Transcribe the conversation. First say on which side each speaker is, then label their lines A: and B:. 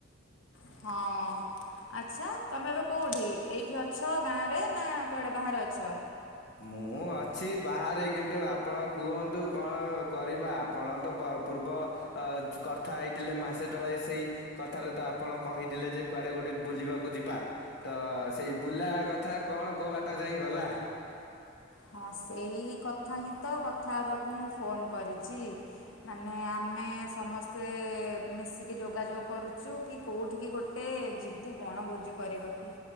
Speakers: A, on the left; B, on the left.
A: ହଁ। ଆଛା ତମେ ଏବେ କୋଉଠି ଏଇଠି ଅଛ ଗାଁରେ ନା କୁଆଡେ ବାହାରେ ଅଛ।
B: ମୁଁ ଅଛି ବାହାରେ କିନ୍ତୁ ଆପଣ କୁହନ୍ତୁ କଣ କରିବା ଆପଣ ତ ପ ପୂର୍ବ ଅ କଥା ହେଇଥିଲେ ମାସେ ତଳେ ସେଇ କଥାରେ ତ ଆପଣ କହିଥିଲେ ଯେ କୁଆଡେ ଗୋଟେ ବୁଲିବାକୁ ଯିବା। ତ ସେଇ ବୁଲା କଥା କଣ କୋଉ ବାଟ ଯାଇଁ ଗଲା।
A: ହଁ ସେଇ କଥା ହିଁ ତ କଥା ହବାକୁ ମୁଁ ଫୋନ୍ କରିଚି। ମାନେ ଆମେ ସମସ୍ତେ ମିଶିକି ଯୋଗାଯୋଗ କରୁଚୁ କି କୋଉଠିକି ଗୋ ଟେ ଯିବୁ ବଣଭୋଜି କରିବାକୁ